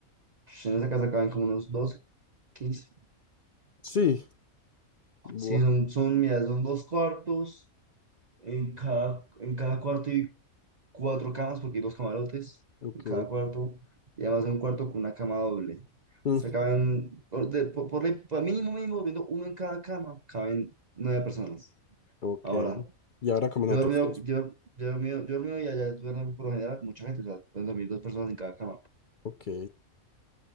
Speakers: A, on the right; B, on the left.
A: Pues, en esa casa caben como unos doce quince
B: Sí,
A: Sí,
B: buah,
A: son, son, mira, son dos cuartos. En cada, en cada cuarto hay cuatro camas, porque hay dos camarotes
B: ok.
A: en cada cuarto. Y además hay un cuarto con una cama doble.
B: Mm,
A: O sea, caben, por, de- por, por ley, por mínimo, mínimo, viendo uno en cada cama, caben nueve personas.
B: ok.
A: Ahora,
B: Y ahora como nosotros
A: yo he dormido,
B: que nos...
A: yo, yo he dormido, yo he dormido y allá duermen por lo general mucha gente, o sea, pueden dormir dos personas en cada cama,
B: Ok,